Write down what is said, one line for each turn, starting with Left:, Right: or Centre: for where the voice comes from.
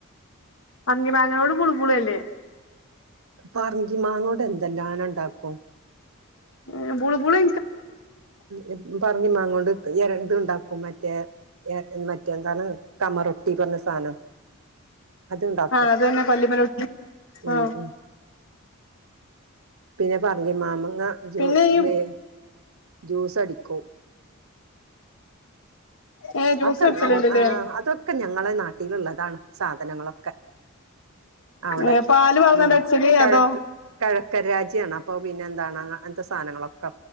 Left: പറങ്കി മാങ്ങനോട് ബുൾ ബുളല്ലേ
Right: പറങ്കി മാങ്ങോണ്ട് എന്തെല്ലാനം ഇണ്ടാക്കും
Left: ഏഹ് ബുള് ബുള്
Right: ഏഹ് പറങ്കി മാങ്ങോണ്ട് ഇത്ണ്ടാക്കും മറ്റേ ഏഹ് മറ്റേ എന്താണ് കമറൊട്ടി പറഞ്ഞ സാധനം അത്ണ്ടാക്കും
Left: ആ അതന്നെ പല്ലിമലോട്ടി ആ
Right: ഉം ഉം പിന്നെ പറങ്കി മാങ്ങ ജു-വെ
Left: പിന്നെ ഈ
Right: ജ്യൂസടിക്കും
Left: ഏ ജ്യൂസ്
Right: അഹൊക്കെ
Left: അടിച്ചലുണ്ടല്ലേ
Right: ആഹ് അതൊക്കെ ഞങ്ങളെ നാട്ടിലുള്ളതാണ് സാധനങ്ങളൊക്കെ അവടെ
Left: ഏ പാല് പാർന്നാണ്ട്
Right: ഉം
Left: അടിച്ചല്
Right: കെഴക്ക്
Left: അതോ
Right: കെഴക്ക്‌ രാജ ജ്യണ് അപ്പൊ പിന്നെ എന്താണ് അങ്ങൻത്തെ സാധനങ്ങളൊക്കെ